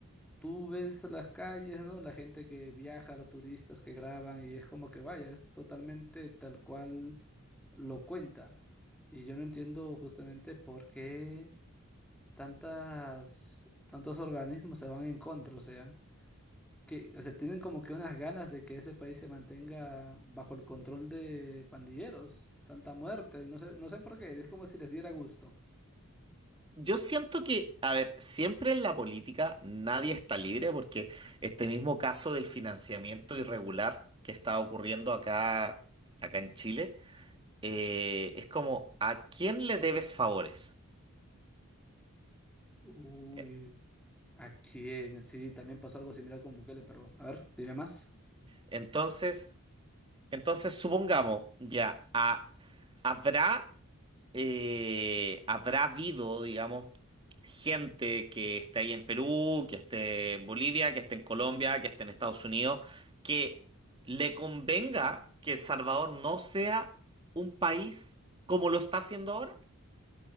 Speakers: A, in the centre; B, on the right.
A: tú ves las calles, ¿no? La gente que viaja, los turistas que graban y es como que vaya, es totalmente tal cual lo cuenta. Y yo no entiendo justamente por qué tantas, tantos organismos se van en contra, o sea, que, o sea, tienen como que unas ganas de que ese país se mantenga bajo el control de pandilleros, tanta muerte, no sé, no sé por qué, es como si les diera gusto.
B: Yo siento que, a ver, siempre en la política nadie está libre porque este mismo caso del financiamiento irregular que está ocurriendo acá, acá en Chile, eh, es como, ¿a quién le debes favores?
A: Uy,
B: Eh,
A: ¿a quién? Sí, también pasó algo similar con Bukele, pero a ver, dime más.
B: Entonces, Entonces, supongamos, ya, ha- habrá, eh, habrá habido, digamos, gente que esté ahí en Perú, que esté en Bolivia, que esté en Colombia, que esté en Estados Unidos, que le convenga que El Salvador no sea un país como lo está haciendo ahora.